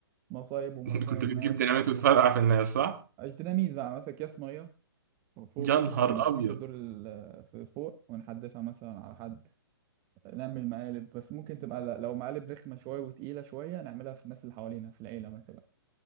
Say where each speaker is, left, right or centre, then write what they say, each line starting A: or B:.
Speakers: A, on the right (about 25°); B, on the right (about 45°).
A: مصايب ومراسم
B: <laughs> كنت
A: للناس
B: بتجيب ديناميت وتفرقع في الناس صح؟
A: اجتناميز بقى مثلا اكياس ميه وفوق
B: يا
A: مثلا
B: نهار
A: كنا ساكنين
B: ابيض
A: في الدور ال- في فوق ونحدفها مثلا على حد نعمل مقالب بس ممكن تبقى ل- لو مقالب رخمة شوية وتقيلة شوية نعملها في الناس اللي حوالينا في العيلة مثلا